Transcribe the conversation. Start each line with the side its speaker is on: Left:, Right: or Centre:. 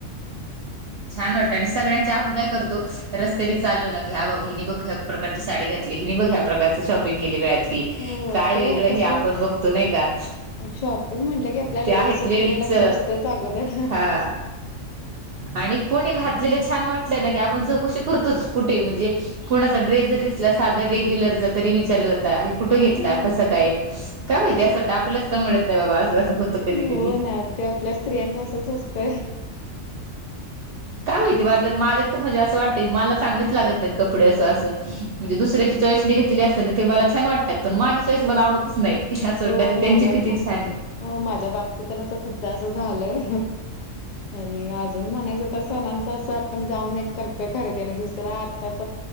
Right: छान वाटतं आणि सगळ्यांच आपण काय करतो. रस्त्यानी चालो ना की ह बाबा! हि बग ह्या प्रकारची साडी घातली, हिनी बघ ह्या प्रकारं शॉपिंग केली, गळात
Left: हो,
Right: काय
Left: ते
Right: वेगळं
Left: कसलं
Right: हे आपण बघतो नाही का?
Left: शॉपिंग म्हटलं की आपल्या लेडीजचं
Right: ते आहेत लेडीजच
Left: ते लक्ष असतंच अगोदर.
Right: हा. आणि कोणी घातलेले
Left: हं.
Right: छान वाटलंय ना की आपण चौकशी करतोच, कुठे म्हणजे कोणाचा ड्रेस जरी साधर रेग्युलर तरी विचार जात अरे कुठे घेतला
Left: हो.
Right: कसं काय काय माहिती अस वाटं आपलच मिळत नाही बाबा! असं असं कधी
Left: हो
Right: कधी
Left: ना ते आपल्या स्त्रियांच असच असत.
Right: काय माहिती म तर माझ्या त म्हणजे असं वाटतंय मला चांगलंच लागत नाही. कपडे असं अस म्हणजे दुस्याची चॉईस‌नी घेतलेली असते मला छान वाट. त्यात पण माझी चॉईस
Left: हो.
Right: मला आवडतच नाही. असोडत
Left: हो,
Right: ते त्यांची
Left: माझ्या
Right: किती छान आहे.
Left: हो माझ्या बाबतीत असं खूपदा अस झालंय. मी अजून म्हणायचं तर सणांच असं आपण जाऊन एक करतोय खरेदी आणि दुसरा आत्ताच.